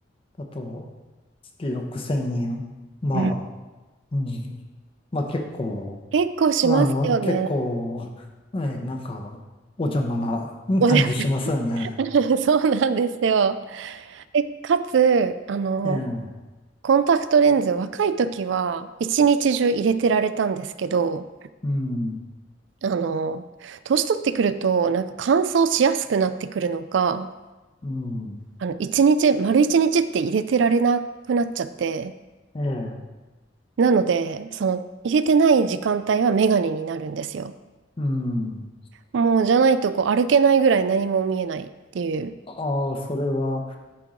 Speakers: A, on the left; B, on the right.
A: だと、月6千円。まあ、
B: うん
A: うん。まあ結構、
B: 結構しますよね。
A: あの、結構、えー、なんか、お邪魔なうん感じしますよね。
B: おじゃ <laughs> そうなんですよ。え、かつ、あの、
A: ええ、
B: コンタクトレンズ、若い時は一日中入れてられたんですけど、
A: うん、
B: あの、年取ってくると、なんか乾燥しやすくなってくるのか、
A: うん、
B: あの、一日、丸一日って入れてられなくなっちゃって、
A: ええ、
B: なので、その、入れてない時間帯はメガネになるんですよ。
A: うん。
B: もう、じゃないと、こう、歩けないぐらい何も見えないっていう。
A: ああ、それは、